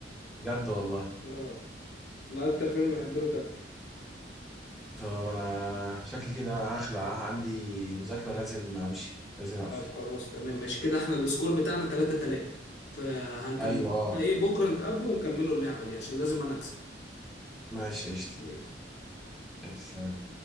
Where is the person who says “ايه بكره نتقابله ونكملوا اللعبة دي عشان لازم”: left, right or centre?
Left